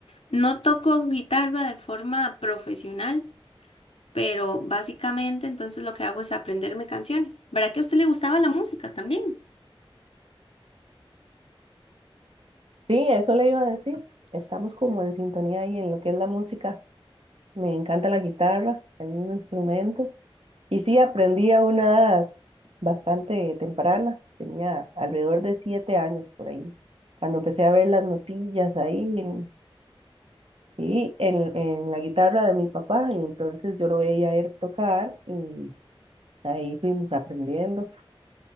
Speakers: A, on the left; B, on the right.
A: no toco guitarra de forma profesional, pero básicamente entonces lo que hago es aprenderme canciones. ¿Verdad que a usted le gustaba la música también?
B: Sí, eso le iba a decir. Estamos como en sintonía ahí en lo que es la música. Me encanta la guitarra, el mismo instrumento. Y sí, aprendí a una edad bastante temprana, tenía alrededor de siete años por ahí, cuando empecé a ver las notillas ahí en- y en, en la guitarra de mi papá, y entonces yo lo veía a él tocar y ahí fuimos aprendiendo.